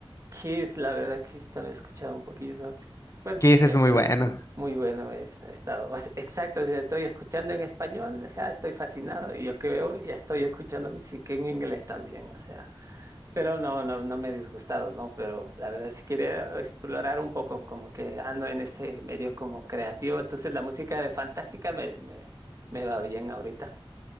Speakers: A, on the right; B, on the left.
A: Kiss, la verdad, Kiss también he escuchado un poquito. que es- Bueno,
B: Kiss es
A: es
B: muy
A: cu-
B: bueno.
A: muy bueno es, ha estado. O sea, exacto, o sea, estoy escuchando en español, o sea, estoy fascinado. Y yo que veo, ya estoy escuchando música en inglés también, o sea. Pero no, no, no me he disgustado, ¿no? Pero la verdad, si quiero explorar un poco, como que ando en ese medio como creativo, entonces la música de Fantástica me, me, me va bien ahorita.